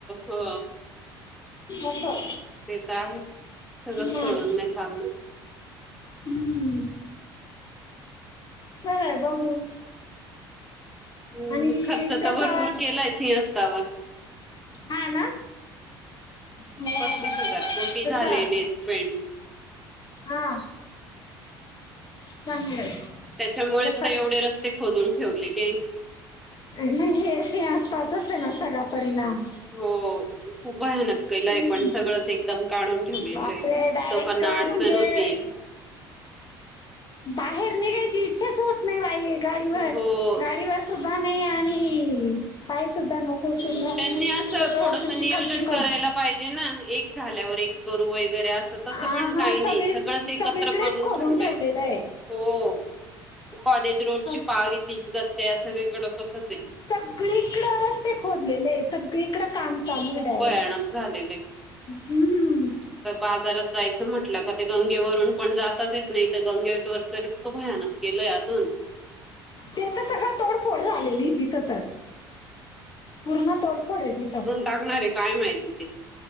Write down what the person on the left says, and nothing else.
असं
मग
हम्म खरय बघू
आणि
कसं
हा ना हं.
तसं
हा चांगलं आहे
तसं
नाही सिंहस्थाचाच आहे ना सगळा परिणाम
हम्म.
बापरे
डायरेक्ट
म्हणजे
बाहेर निघायची इच्छाच होत नाही बाई गाडीवर
गाडीवर सुद्धा नाही आणि पायी सुद्धा नको <unintelligible> सगळं
असं चिखल
चिखल
हा
सगळीच
सगळीकडेच
खोदून
ठेवलेलं आहे
स-
सगळीकड रस्ते खोदलेले आहे सगळीकडं काम
चालू आहे
डायरेक्ट
हम्म हम
ते तर सगळं तोडफोड झालेली तिथं तर पूर्ण तोडफोड आहे तिथं